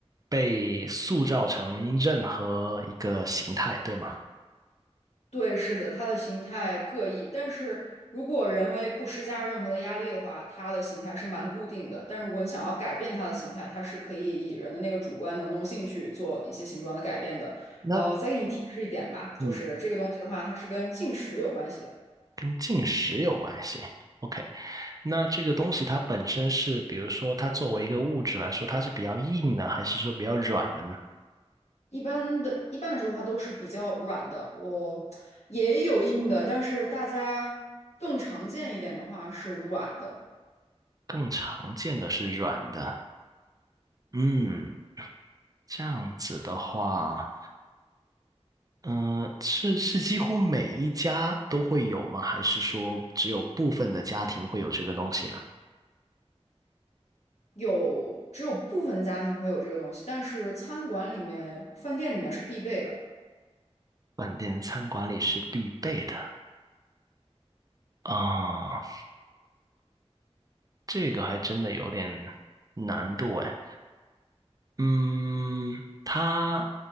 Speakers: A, on the right; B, on the left.
A: 被塑造成任何一个形态，对吗？
B: 对，是的，它的形态各异，但是如果人为不施加任何的压力的话，它的形态是蛮固定的。但如果你想要改变它的形态，它是可以以人的那个主观能动性去做一些形状的改变的。
A: 那
B: 呃，再给你提示一点吧，就是这个东西的话，
A: 你
B: 它是跟进食有关系的。
A: 跟进食有关系。OK，那这个东西它本身是，比如说它作为一个物质来说，它是比较硬的，还是说比较软的呢？
B: 一般的，一般来说的话都是比较软的，我也有硬的，但是大家更常见一点的话是软的。
A: 更常见的是软的。嗯，这样子的话，嗯，是是几乎每一家都会有吗？还是说只有部分的家庭会有这个东西呢？
B: 有，只有部分的家庭会有这个东西，但是餐馆里面、饭店里面是必备的。
A: 饭店餐馆里是必备的啊，这个还真的有点难度哎。嗯，它